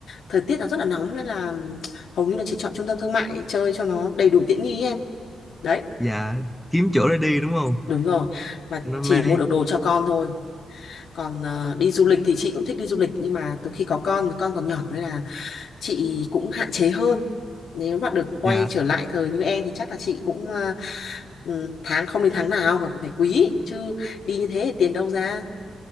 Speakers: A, on the left (about 70°); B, in the centre.
A: Thời tiết nó rất là nóng nên là hầu như là chị chọn trung tâm thương mại chơi cho nó đầy đủ tiện nghi ý em. Đấy.
B: dạ kiếm chỗ để đi đúng không
A: Đúng rồi, và
B: cho nó
A: chỉ
B: mát
A: mua được đồ cho con thôi. Còn ờ, đi du lịch thì chị cũng thích đi du lịch nhưng mà từ khi có con thì con còn nhỏ nên là chị cũng hạn chế hơn nếu mà được quay
B: dạ
A: trở lại thời như em thì chắc là chị cũng à, ừ, tháng không đến tháng nào mà cũng phải quý chứ đi như thế thì tiền đâu ra